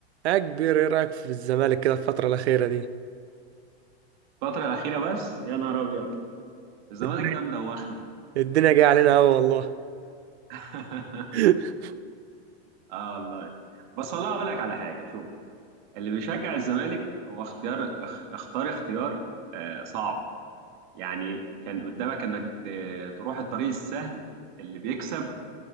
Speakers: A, on the right; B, on the right.
A: يا كبير ايه رايك في الزمالك كده الفتره الاخيره دي
B: الفترة الأخيرة بس يا نهار أبيض الزمالك
A: الدنيا
B: ده مدوخنا
A: <laughs> الدنيا جايه علينا قوي والله
B: <laughs>
A: <laughs>
B: اه والله بس والله اقول لك على حاجه شوف اللي بيشجع الزمالك هو اختيار اخ- اختار اختيار آه صعب يعني كان قدامك انك ت- تروح الطريق السهل اللي بيكسب